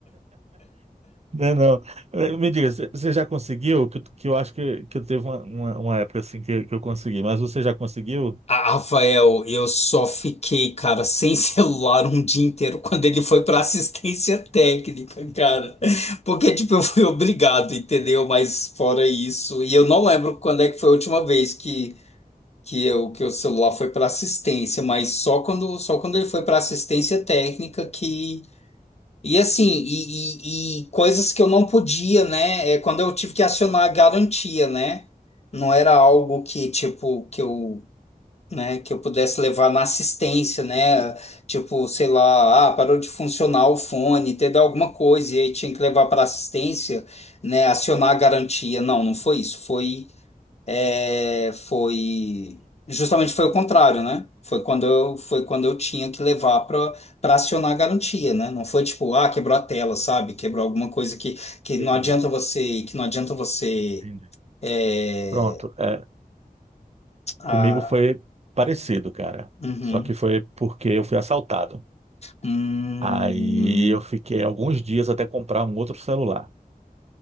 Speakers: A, on the right; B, on the left.
A: Não, não. Eh, Me diga, você você já conseguiu? Que, que eu acho que, que teve uma, uma, uma época assim que, que eu consegui, mas você já conseguiu?
B: Ah, Rafael, eu só fiquei, cara, sem <laughs> celular um dia inteiro quando ele foi para assistência técnica, cara. Porque, tipo, eu fui obrigado, entendeu? Mas fora isso, e eu não lembro quando é que foi a última vez que. que eu, que o celular foi para assistência, mas só quando, só quando ele foi para assistência técnica que. E assim, e, e- e coisas que eu não podia, né? É quando eu tive que acionar a garantia, né? Não era algo que, tipo, que eu, né, que eu pudesse levar na assistência, né? Tipo, sei lá, ah, parou de funcionar o fone, teve alguma coisa, e aí tinha que levar para assistência, né? Acionar a garantia. Não, não foi isso. Foi é, foi justamente foi o contrário, né? Foi quando eu, foi quando eu tinha que levar para para acionar a garantia, né? Não foi tipo, ah, quebrou a tela, sabe? Quebrou alguma coisa que, que não
A: Entendi,
B: adianta você, que não adianta você
A: entendi.
B: é,
A: Pronto. É,
B: ah,
A: comigo foi parecido, cara.
B: uhum.
A: Só que foi porque eu fui assaltado.
B: Hum.
A: Aí eu fiquei alguns dias até comprar um outro celular.